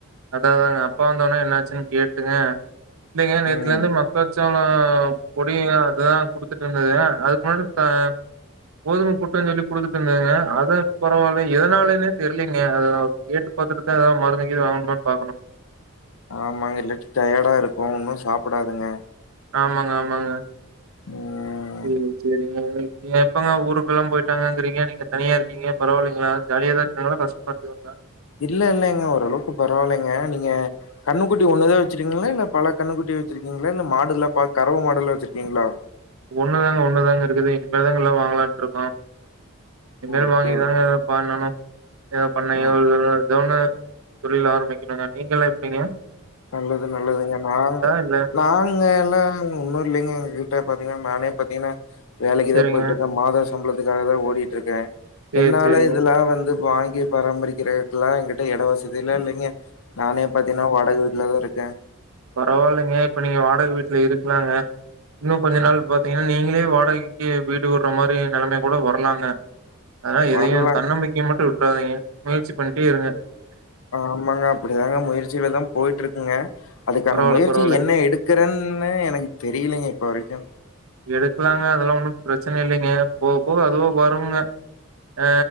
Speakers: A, on the right (about 80°); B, on the left (about 75°).
A: அதாதாங்க அப்பா வந்தோன்னே என்னாச்சுன்னு கேட்டுங்க இல்லைங்க நேத்துலருந்து
B: ம்.
A: மக்காச்சோளோ பொடி அதுதாங்க குடுத்துட்டு இருந்தது அதுக்கு முன்னாடி த போதும புட்டுன் சொல்லி குடுத்துட்டு இருந்தேங்க அது பரவாயில்ல எதனாலனே தெரிலீங்க அததா கேட்டுப்பாத்துட்டுதா ஏதாது மருந்துகிருந்து வாங்கணுன்னு பாக்கணு
B: ஆமாங்க இல்லாட்டி டயர்டா இருக்கு ஒன்னு சாப்புடாதுங்க
A: ஆமாங்க ஆமாங்க
B: ம்.
A: சேரிங்க சேரிங்க வெக்கயே இப்பங்க ஊருக்குல்லாம் போயிட்டாங்கிறிங்க நீங்க தனியா இருக்கீங்க பரவால்லைங்ளா ஜாலியா தா இருக்காங்களா கஷ்டமாருக்குதுங்ளா
B: இல்ல இல்லங்க ஓரளவுக்கு பரவால்லைங்க நீங்க கன்னுக்குட்டி ஒன்னுதா வச்சிருக்கீங்களா இல்ல பல கன்னுக்குட்டி வச்சிருக்கீங்களா இல்ல மாடுல்லா ப கரவ மாடுல்லா வச்சிருக்கீங்களா
A: ஒண்ணுதாங்க ஒன்னுதாங்க இருக்குது இனிமேல்தாங்க எல்லா வாங்கலான்ட்டுருக்கோ இனிமேல்
B: ஓகே.
A: வாங்கி தாங்க பண்ணனு எதாத் பண்ணயோ
B: அ
A: இல்ல எதோ ஒன்னு தொழில் ஆரம்பிக்கணுங்க நீங்களா எப்பிடிங்க
B: நல்லது நல்லதுங்க நாங்
A: இல்ல
B: நாங்க எல்லா இன்னு இல்லைங்க எங்க கிட்ட பாத்தீங்கன்னா நானே பாத்தீங்கன்னா வேலைக்கு
A: சரிங்க.
B: தா போயிட்டுக்கே மாத சம்பளத்துக்காக தா ஓடிட்டு இருக்கே
A: சரி,
B: என்னால
A: சரிங்க.
B: இதெல்லா வந்து வாங்கி பராமரிக்கிறக்கல்லா என்கிட்ட எட வசதியில இல்லைங்க நானே பாத்தீங்கன்னா வாடகை வீட்ல தா இருக்கே
A: பரவாயில்லைங்க இப்ப நீங்க வாடகை வீட்ல இருக்கலாங்க இன்னு கொஞ்ச நாள் பாத்தீங்கன்னா நீங்களே வாடகைக்கு வீடு உடுற மாரி நெலைமை கூட வரலாங்க அதலா எதையு
B: வரலாம்
A: தன்னம்பிக்கையை மட்டு விட்றாதீங்க முயற்ச்சி பண்ணிட்டே இருங்க
B: ஆமாங்க அப்டிதாங்க முயற்சியிலதா போயிட்டு இருக்குங்க அதுக்கான
A: பரவால்ல,
B: முயற்சி
A: பரவாயில்லங்க.
B: என்ன எடுக் கிறேன்னு எனக்கு தெரியலங்க இப்போ வரைக்கு
A: எடுக்கலாங்க அதெல்லா ஒன்னும் பிரச்சனை இல்லைங்க போக போக அதுவோ வரும்ங்க அ